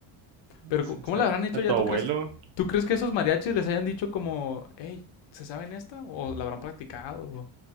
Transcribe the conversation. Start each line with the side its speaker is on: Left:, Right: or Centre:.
Right: <laughs>
Left: Pero
Right: sí,
Left: co- ¿cómo
Right: A,
Left: lo habrán hecho
Right: a tu
Left: ya? ¿Tú
Right: abuelo.
Left: crees, tú crees que esos mariachis les hayan dicho como, hey, ¿se saben esta ¿O la habrán practicado?